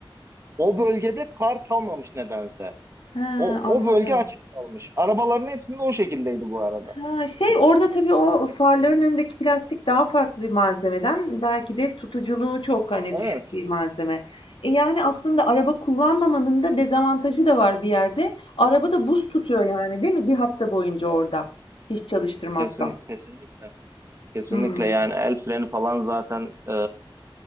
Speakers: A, on the right; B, on the left.
A: o bölgede kar kalmamış nedense.
B: He,
A: O,
B: anladım.
A: o bölge açık kalmış. Arabaların hepsinde o şekildeydi bu arada.
B: Ha, şey orada tabii o farların önündeki plastik daha farklı bir malzemeden belki de tutuculuğu çok hani
A: Evet.
B: düşük bir malzeme. E, yani aslında araba kullanmamanın da dezavantajı da var bir yerde. Araba da buz tutuyor yani değil mi? Bir hafta boyunca orada. Hiç çalıştırmazsan.
A: Kesin, kesinlikle. Kesinlikle
B: Hmm.
A: yani el freni falan zaten e,